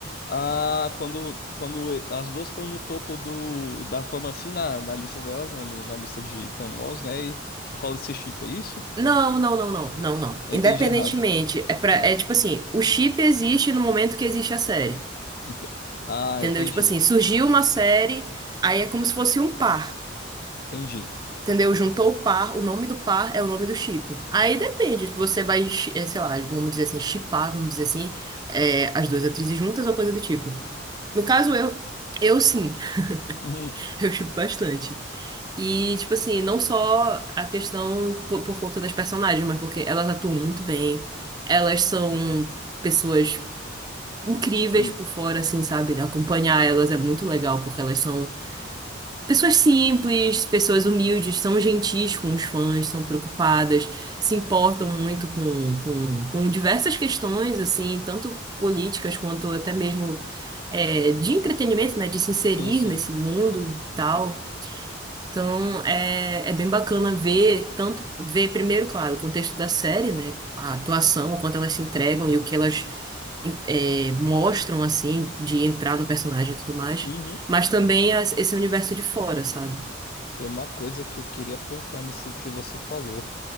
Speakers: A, on the left; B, on the right.
A: Ah, quando, quando as duas estão no topo do, da fama, assim, na, na lista delas, né? no- na lista de famosos, né? E rola esse chip, é isso?
B: Não, não, não, não, não, não.
A: Eu
B: Independentemente,
A: entendi errado.
B: é, pra,
A: Ah,
B: é tipo assim, o chip existe no momento que existe a série.
A: ente- ah,
B: Entendeu?
A: entendi,
B: Tipo assim, surgiu uma série, aí é como se fosse um par.
A: entendi.
B: Entendeu? Juntou o par, o nome do par é o nome do chip. Aí depende, se você vai, chi- eh, sei lá, vamos dizer assim, chipar, vamos dizer assim, eh, as duas atrizes juntas ou coisa do tipo. No caso, eu, eu sim,
A: <laughs> Uhum,
B: <laughs> eu chipo bastante. E, tipo assim, não só a questão por, por conta das personagens, mas porque elas atuam muito bem, elas são pessoas incríveis
A: sim,
B: por fora, assim, sabe? Acompanhar elas é muito legal, porque elas são Pessoas simples, pessoas humildes, são gentis com os fãs, são preocupadas, se importam muito com, com, com diversas questões, assim, tanto políticas quanto até mesmo é, de entretenimento, né, de se inserir
A: sim, sim.
B: nesse mundo e tal. Então, é, é bem bacana ver, tanto ver primeiro, claro, o contexto da série, né, a atuação, o quanto elas se entregam e o que elas é, mostram, assim, de entrar no personagem e tudo mais,
A: Uhum.
B: mas também as- esse universo de fora, sabe?
A: Tem uma coisa que eu queria pontuar nisso aí que você falou,